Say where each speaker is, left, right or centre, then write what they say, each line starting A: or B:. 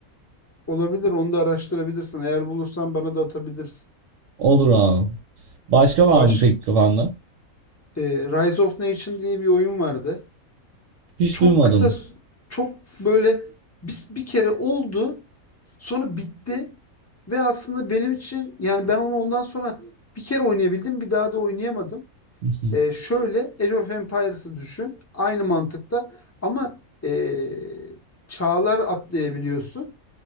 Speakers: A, on the left; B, on the right.
A: Olabilir. Onu da araştırabilirsin. Eğer bulursan bana da atabilirsin.
B: Olur abi. Başka var
A: Baş,
B: mı peki kafanda?
A: e, Rise of Nation diye bir oyun vardı.
B: Hiç
A: çok
B: duymadım.
A: kısa çok böyle bir, bir kere oldu sonra bitti ve aslında benim için yani ben onu ondan sonra bir kere oynayabildim bir daha da oynayamadım.
B: <laughs>
A: Ee, şöyle Age of Empires'ı düşün aynı mantıkta ama ee, çağlar atlayabiliyorsun